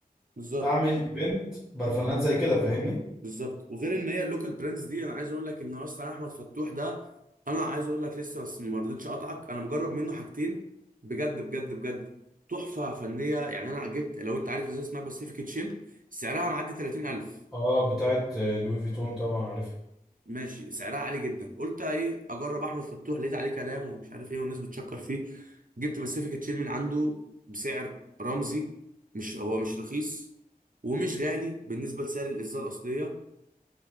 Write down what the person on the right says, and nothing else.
بالظبط
بالظبط وغير ان هي اللوكال براندز دي انا عايز اقول لك ان اصلا احمد فتوح ده انا عايز اقول لك لسه بس ما رضيتش اقطعك انا مجرب منه حاجتين بجد بجد بجد تحفه فنيه يعني انا جبت لو انت عارف ازاي اسمها باسيفيك تشيل سعرها معدي 30000
ماشي سعرها عالي جدا قلت ايه اجرب احمد فتوح لقيت عليه كلام ومش عارف ايه والناس بتشكر فيه جبت باسيفيك تشيل من عنده بسعر رمزي مش هو مش رخيص ومش غالي بالنسبه لسعر الازازه الاصليه